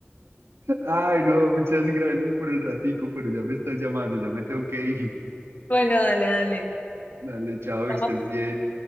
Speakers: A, on the right; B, on the left.
A: Ay, no, muchas gracias por el ratico, pero ya me estás llamando, ya me tengo que ir.
B: Bueno, dale, dale.
A: Dale, chao, que estés
B: No,
A: bien.